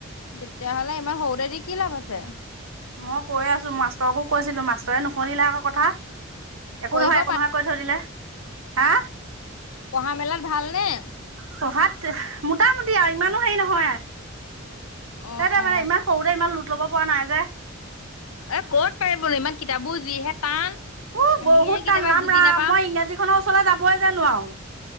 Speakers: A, on the left; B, on the right.
A: তেতিয়াহ'লে ইমান সৰুতে দি কি লাভ আছে।
B: মই কৈ আছো মাষ্টৰকো কৈছিলো মাষ্টৰে নুশুনিলে আকৌ কথা। একো
A: পঢ়িব
B: নহয় একো নহয় কৈ থৈ দিলে হা
A: পহা মেলাৰ ভাল নে <unintelligible>
B: পঢ়াত মোটামুটি আৰু ইমানো হেৰি নহয়। সেইটোৱেই
A: অ অ
B: মানে ইমান সৰুতে ইমান লোট ল'ব পৰা নাই যে!
A: এ ক'ত পাৰিবনো ইমান কিতাপ বোৰ যিহে টান!
B: উ
A: আমিয়ে
B: বহুত
A: কেতিয়াবা
B: টান ৰাম
A: বুজি
B: ৰাম
A: নাপাওঁ
B: মই ইংৰাজীখনৰ ওচৰলৈ যাবই জানো আৰু